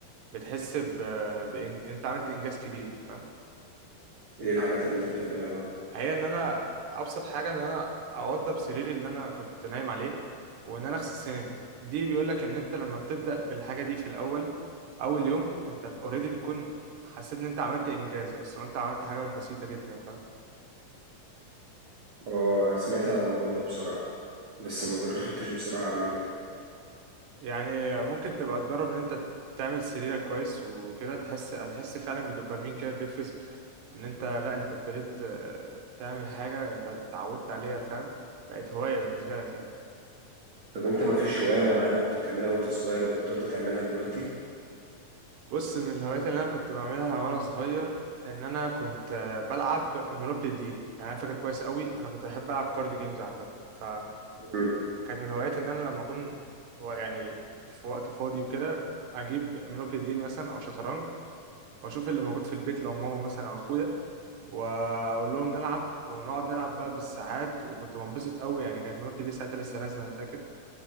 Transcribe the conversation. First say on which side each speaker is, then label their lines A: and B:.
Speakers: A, on the right; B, on the right.
A: بتحس ب... بإن... انت عملت انجاز كبير فاهم
B: ايه الحاجات اللي انت بتعملها بقى
A: هي ان انا ابسط حاجه ان انا اوضب سريري اللي انا كنت نايم عليه وان انا اغسل سناني دي بيقول لك ان انت لما بتبدا بالحاجه دي في الاول اول يوم انت اوريدي بتكون حسيت ان انت عملت انجاز اصلا انت عملت حاجه بسيطه جدا فاهم
B: اه سمعت عن الموضوع ده بصراحة بس ما جربتش بصراحة اعمله
A: يعني ممكن تبقى تجرب ان انت تعمل سريرك كويس وكده تحس هتحس فعلا بدوبامين كده بيفرز ان انت لا انت ابتديت آه، تعمل حاجه انت اتعودت عليها فاهم بقت هوايه بالنسبه لك يعني
B: طب انت ما فيش هواية معينة كنت بتعملها وانت صغير وبطلت تعملها دلوقتي
A: بص من الهوايات اللي انا كنت بعملها وانا صغير ان انا كنت آه، بلعب مونوبولي ديل يعني انا فاكر كويس قوي انا كنت بحب العب كارد جيمز عامه فكنت
B: مم.
A: كانت من هواياتي ان انا لما اكون هو يعني في وقت فاضي وكده اجيب مونوبولي ديل مثلا او شطرنج واشوف اللي موجود في البيت لو ماما مثلا او اخويا واقول لهم نلعب ونقعد نلعب بقى بالساعات وكنت بنبسط قوي يعني كانت مونوبولي دي ساعتها لسه نازله انا فاكر